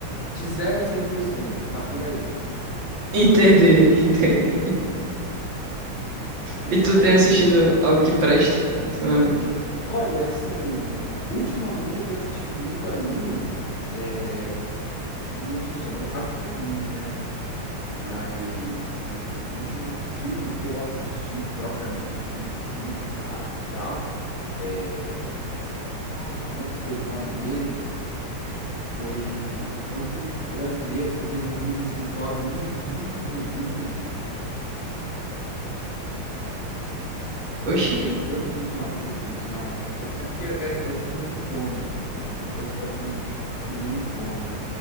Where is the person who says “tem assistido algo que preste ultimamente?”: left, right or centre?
Right